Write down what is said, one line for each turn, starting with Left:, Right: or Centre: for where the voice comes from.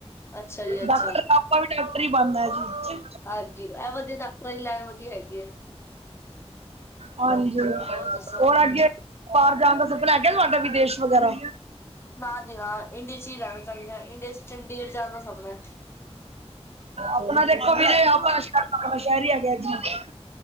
Left: ਅੱਛਾ ਜੀ ਅੱਛਾ
Right: ਡਾਕਟਰ, ਆਪਾ ਵੀ ਡਾਕਟਰ ਈ ਬਣਣੈ ਜੀ।
Left: ਹਾਂਜੀ ਇਹ ਵਧੀਆ ਡਾਕਟਰਾਂ ਦੀ ਲੈਣ ਵਧੀਆ ਹੈਗੀ ਏ।
Right: ਹਾਂਜੀ,
Left: ਹੋਰ ਦੱਸੋ
Right: ਔਰ ਆੱਗੇ ਜਾਣ ਦਾ ਸਪਨਾ ਹੈਗੈ ਤੁਐਡਾ ਵਿਦੇਸ਼ ਵਗੈਰਾ?
Left: ਨਾ ਜੀ ਨਾ, ਇੰਡੀਆ ਚ ਈ ਰੈਣਾ ਚਾੰਦੇ ਆਂ। ਇੰਡੀਆ ਚ ਚੰਡੀਗੜ੍ਹ ਜਾਣ ਦਾ ਸਪਨੈ।
Right: ਅਪਣਾ ਦੇਖੋ ਵੀਰੇ ਆਪਾਂ ਤਾਂ ਸੈ਼ਰੀ ਸੈ਼ਰੀ ਹੈਗੇ ਆ ਜੀ।